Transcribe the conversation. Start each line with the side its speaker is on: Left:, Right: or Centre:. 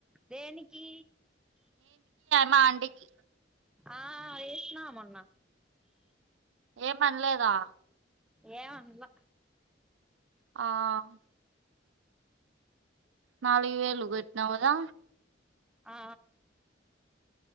Centre: దేనికి
Right: మాఆంటీకి
Centre: ఆ వేసిన మోన్న
Right: ఏం అనలేదా
Centre: ఏం అన్లా
Right: ఆ హా నాలుగు వేలు కట్టినావు కదా
Centre: ఆ